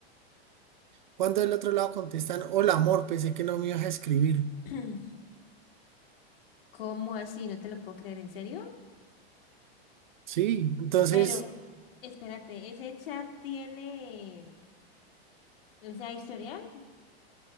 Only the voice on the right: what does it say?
Cuando del otro lado contestan, hola amor, pensé que no me ibas a escribir.
Sí, Entonces,